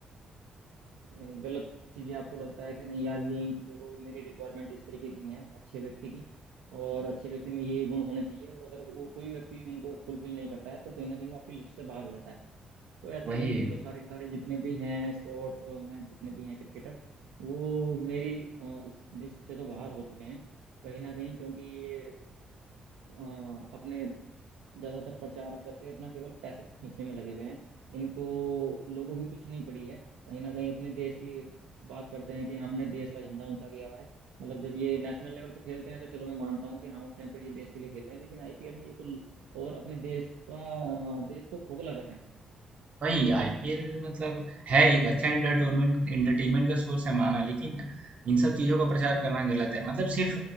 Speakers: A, on the right; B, on the right.
A: यानी गलत चीजें आपको लगता है कि नहीं यार ये इन चीजों को मेरी रिक्वायरमेंट इस तरीके की हैं अच्छे व्यक्ति की और अच्छे व्यक्ति में ये गुण होने चाहिए और अगर वो कोई व्यक्ति उनको फुलफिल नहीं करता है तो कहीं ना कहीं वो आपकी लिस्ट से बाहर हो जाता है तो ऐसे
B: वही
A: ही
B: है
A: ये तो सारे के सारे जितने भी हैं स्पोर्ट में जितने भी हैं क्रिकेटर वो मेरी अ, इस लिस्ट से तो बाहर हो चुके हैं कहीं ना कहीं क्योंकि ये अ, अपने ज्यादातर प्रचार करके अपना केवल पैसे खींचने में लगे हुए हैं इनको लोगों की कुछ नहीं पड़ी है कहीं ना कहीं अपने देश की बात करते हैं कि हमने देश का झंडा ऊंचा किया हुआ है मतलब जब ये नेशनल लेवल पर खेलते हैं तो चलो मैं मानता हूँ कि हाँ उस टाइम पर ये देश के लिए खेल रहे हैं लेकिन आईपीएल में ये तो और अपने देश का देश को खोखला कर रहे हैं
B: वही आईपीएल मतलब है एक अच्छा एंटरटेनमेंट एंटरटेनमेंट का सोर्स है माना लेकिन इन सब चीजों का प्रचार करना गलत है मतलब सिर्फ